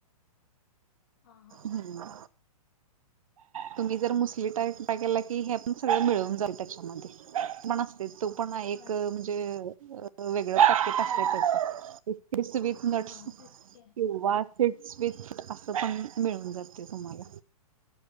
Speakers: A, on the left; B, on the right.
A: ह हा
B: हम्म
A: हा हा.
B: तुम्ही जर मुसली टा टा केला की हे पण सगळं मिळून जाईल त्याच्यामध्ये पण ते तो पण एक
A: हा
B: म्हणजे अ व <inaudible> व क कसलेचच
A: फ्लेवर आहे.
B: <unintelligible> क्रिस्त विथ नट्स
A: हा तेच की
B: किंवा स स्वीट असं पण मिळून जाते तुम्हाला..